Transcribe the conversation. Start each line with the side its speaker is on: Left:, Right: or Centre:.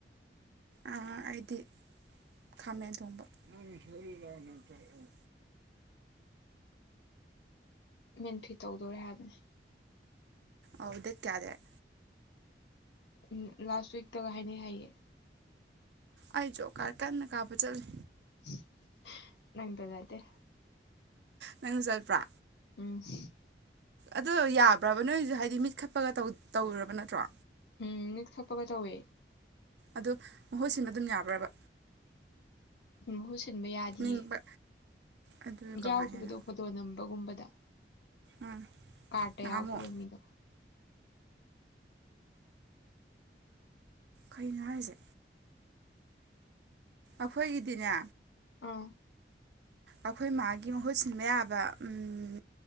Right: ꯑꯥ ꯑꯩꯗꯤ꯬꯬꯬꯬꯬ꯈꯥꯃꯦꯟ ꯊꯣꯡꯕ ꯅꯪꯅ ꯁꯣꯢꯔꯤꯔ ꯑꯃꯨꯛ ꯇꯥꯛꯑꯣ
Left: ꯃꯦꯟꯐꯤꯠ ꯇꯧꯗꯧꯔꯦ ꯍꯥꯏꯕꯅꯦ
Right: ꯑꯧ ꯗꯦꯠ ꯀꯌꯥꯗꯩ
Left: ꯎꯝ ꯂꯥꯁ ꯋꯤꯛꯇꯒ ꯍꯥꯏꯅꯩ ꯍꯥꯏꯌꯦ
Right: ꯑꯩ ꯖꯣꯞ ꯀ꯭ꯔꯥꯠ ꯀꯟꯅ ꯀꯥꯞꯄ ꯆꯠꯂꯤ
Left: ꯍꯨꯝ ꯍꯥ ꯅꯪꯇ ꯅꯠꯇꯦ
Right: ꯅꯪꯖꯨ ꯆꯠꯄ꯭ꯔꯥ
Left: ꯎꯝ ꯍꯝ
Right: ꯑꯗꯨꯗꯣ ꯌꯥꯕ꯭ꯔꯕ ꯅꯣꯢꯖꯨ ꯍꯥꯢꯗꯤ ꯃꯤꯠ ꯈꯞꯄꯒ ꯇꯧ ꯇꯧꯔꯨꯔꯕ ꯅꯠꯇ꯭ꯔꯣ
Left: ꯎꯝ ꯃꯤꯠ ꯈꯞꯄꯒ ꯇꯧꯋꯦ
Right: ꯑꯗꯨ ꯃꯍꯨꯠ ꯁꯤꯟꯕ ꯑꯗꯨꯝ ꯌꯥꯕ꯭ꯔꯕ
Left: ꯃꯍꯨꯠꯁꯤ ꯁꯤꯟꯕ ꯌꯥꯗꯤꯌꯦ
Right: ꯃꯤꯡꯕ ꯑꯗꯨ ꯀꯃꯥꯏꯅ
Left: ꯌꯥꯎꯈꯤꯕꯗꯣ ꯐꯣꯇꯣ ꯅꯝꯕꯒꯨꯝꯕꯗ
Right: ꯎꯝ
Left: ꯀꯥ꯭ꯔꯠꯇ
Right: ꯅꯍꯥꯟꯃꯨꯛ
Left: ꯌꯥꯎꯈꯤꯕ ꯃꯤꯗꯣ꯫
Right: ꯀꯩꯅꫭ ꯍꯥꯏꯖꯦ ꯑꯩꯈꯣꯏꯒꯤꯗꯤꯅꯦ
Left: ꯑꯥ
Right: ꯑꯈꯣꯏ ꯃꯥꯒꯤ ꯃꯍꯨꯠ ꯁꯤꯟꯕ ꯌꯥꯕ ꯎꯝ